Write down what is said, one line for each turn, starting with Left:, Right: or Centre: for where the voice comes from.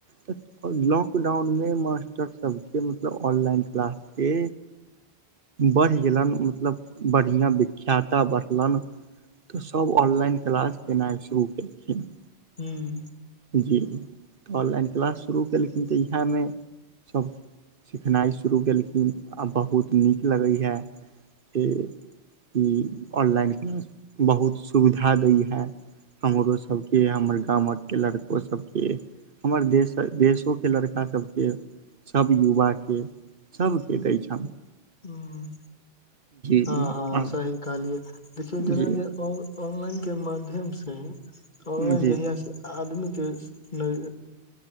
Right: तऽ लॉकडाउन में मास्टर सबके मतलब ऑनलाइन क्लास के बड़्हि गेलन मतलब बड़्हिआं बिक ख्याता बड़्हलैन तऽ सब ऑनलाइन क्लास केनाइ शुरू केलखिन।
Left: हम्म।
Right: जी, तऽ ऑनलाइन किलास शुरू केलखिन तऽ इहै मे सब सिखनाइ शुरू केलखिन, आ बहुत नीक लगै हैऽ। ए-ई ऑनलाइन किलास बहुत सुविधा दै हैऽ। हमरो सब के हमर गामक के लड़को सबके हमर देशर-देशो के लड़का सबके सब युवाके सबके दै छन।
Left: हुम्म।
Right: जी
Left: हँ-हँ
Right: हँ
Left: सही कहलियै, देखियौ
Right: जी
Left: जेना जे ऑन-ऑनलाइन के माध्यम सँ ऑनलाइन
Right: जी
Left: जहिया सँ आदमी के नैय